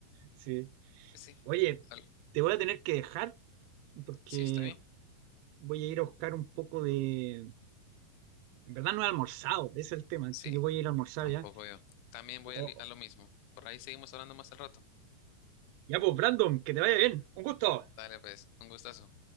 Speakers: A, on the right; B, on the left.
A: sí.
B: Pues Sí,
A: Oye,
B: al-
A: te voy a tener que dejar porque
B: sí, está bien.
A: voy a ir a buscar un poco de... En verdad no he almorzado, ese es el tema, así
B: Sí,
A: que voy a ir a almorzar
B: tampoco
A: ya.
B: yo. También voy
A: Oh,
B: a, li- a lo mismo. Por ahí seguimos hablando más al rato.
A: ya pues, Brandon, que te vaya bien. Un gusto.
B: Dale, pues, un gustazo.